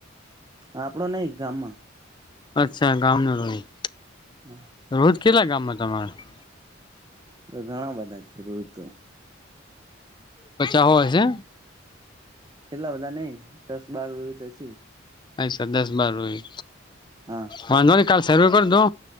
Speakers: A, on the right; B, on the left.
A: આપણો નહી ગામમાં
B: અચ્છા ગામ નો રોહિત
A: હા
B: રોજ કેટલા ગામમાં તમારા
A: તો ઘણા બધા છે રોહિત તો
B: પચા સો હશે
A: એટલા બધા નહિ દસ બાર રોહીત તો હશે
B: અચછા દસ બાર હોય
A: હા
B: વાંધો નહી કાલ સર્વે કરી દો